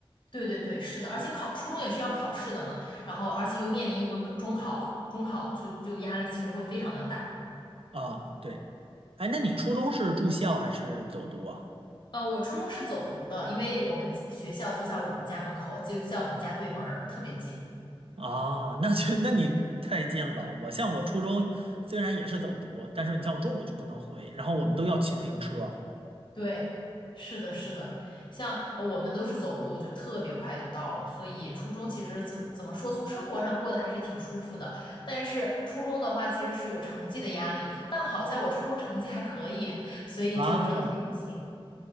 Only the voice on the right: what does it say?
啊。对，哎，那你初中是住校还是走读啊？
啊，那就那你太近了。我像我初中虽然也是走读，但是你像我中午就不能回，然后我们都要骑自行车。
啊